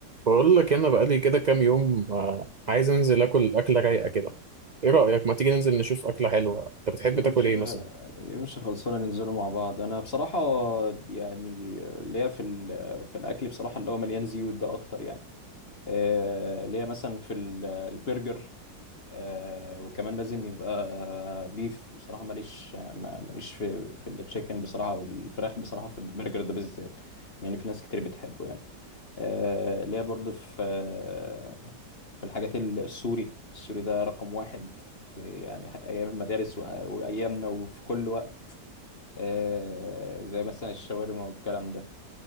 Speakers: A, on the right (about 40°); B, on the left (about 35°).
A: بقول لك انا بقالي كده كام يوم آه، عايز انزل اكل اكله رايقه كده ايه رايك ما تيجي ننزل نشوف اكله حلوه انت بتحب
B: يا
A: تاكل
B: باشا
A: ايه مثلا
B: يا باشا خلصانة ننزلوا مع بعض أنا بصراحة يعني ليا في ال- في الأكل بصراحة اللي هو مليان زيوت ده أكتر يعني آه، ليا مثلا في ال- البرجر آه، وكمان لازم يبقى بيف بصراحة ماليش ما- ماليش في في التشيكن بصراحة والفراخ بصراحة في البرجر ده بالذات مع إن في ناس كتير بتحبه يعني آه، اللي هي برضه في آه، في الحاجات ال- السوري السوري ده رقم واحد في يعني أيام المدارس وأ- وأيامنا وفي كل وقت آه، زي مثلا الشاورما والكلام ده